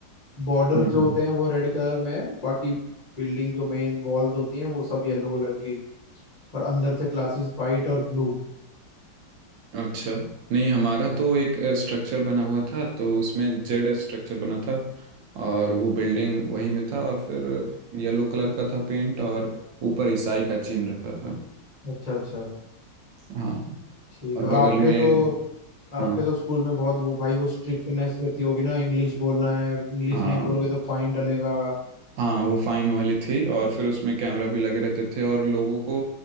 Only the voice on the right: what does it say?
हम्म
हम्म
अच्छा नहीं हमारा तो एक स्ट्रक्चर बना हुआ था तो उसमें जेड स्ट्रक्चर बना था और वो बिल्डिंग वही में था और फिर येलो कलर का था पेंट और ऊपर ईसाई का चिन्ह रहता था
हाँ
और
बगल
में
हाँ
हाँ
हाँ वो फाइन वाली थी और फिर उसमें कैमरा भी लगे रहते थे और लोगों को